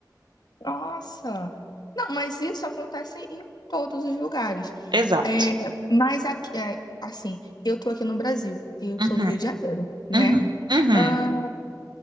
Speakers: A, on the left; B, on the right.
A: nossa. Não, mas isso acontece em todos os lugares.
B: Exato.
A: É, mas aqui, é, assim, eu tô aqui no Brasil, eu
B: Uhum,
A: sou do Rio de Janeiro, né?
B: uhum, uhum,
A: Ah,